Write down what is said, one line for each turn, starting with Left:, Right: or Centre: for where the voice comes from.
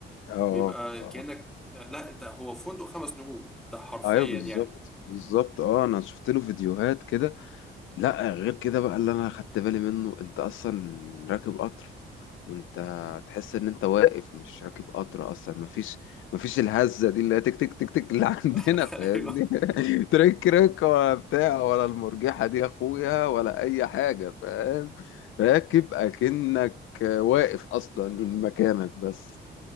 Left: اه
Centre: بيبقى
Left: اه
Centre: كأنك لا انت هو فندق خمس نجوم ده حرفيا
Left: ايوه بالظبط
Centre: يعني
Left: بالظبط اه انا شفت له فيديوهات كده لا غير كده بقى اللي انا خدت بالي منه انت اصلا راكب قطر وانت تحس ان انت واقف مش راكب قطر اصلا مفيش مفيش الهزه دي اللي هي تك تك تك تك اللي عندنا
Centre: <laughs>
Left: فاهمني
Centre: ايوه
Left: <laughs> ترك رك ولا بتاع ولا المرجحه دي يا اخويا ولا اي حاجه فاهم راكب اكنك واقف اصلا من مكانك بس